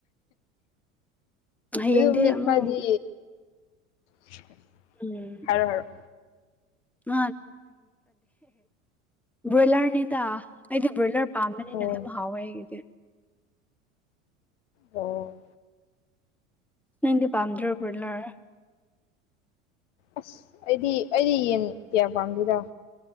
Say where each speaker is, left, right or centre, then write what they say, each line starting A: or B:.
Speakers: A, in the centre; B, on the left.
A: ꯍꯌꯦꯡꯗꯤ
B: ꯑꯗꯨ ꯃꯤ
A: ꯑꯃꯨꯛ
B: ꯈꯔꯗꯤ <unintelligible>
A: ꯎꯝ
B: ꯍꯥꯏꯔꯣ ꯍꯥꯏꯔꯣ
A: <unintelligible> ꯕꯣꯏꯂꯔꯅꯤꯗ ꯑꯩꯗꯤ ꯭ꯕꯣꯏꯂꯔ ꯄꯝꯕꯅꯤꯅ
B: ꯑꯣ
A: ꯑꯗꯨꯡ ꯍꯥꯥꯎꯋꯦ ꯑꯩꯒꯤꯗꯤ
B: ꯑꯣ
A: ꯅꯪꯗꯤ ꯄꯕꯥꯝꯗ꯭ꯔꯣ ꯕꯣꯔꯂꯔ
B: ꯑꯁ ꯑꯩꯗꯤ ꯑꯩꯗꯤ ꯌꯦꯟ ꯀꯌꯥ ꯄꯥꯝꯗꯦꯗꯥ